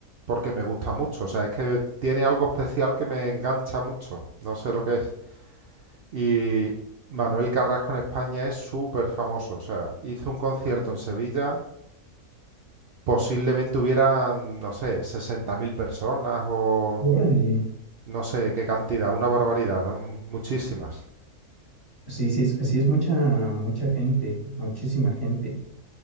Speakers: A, on the right; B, on the left.
A: porque me gusta mucho. O sea, es que tiene algo especial que me engancha mucho. No sé lo que es. Y Manuel Carrasco en España es súper famoso. O sea, hizo un concierto en Sevilla. Posiblemente hubieran, no sé, 60.000 personas o
B: Órale.
A: no sé qué cantidad, una barbaridad, ¿no? Muchísimas.
B: Sí, sí, es- sí, es mucha, mucha gente, muchísima gente.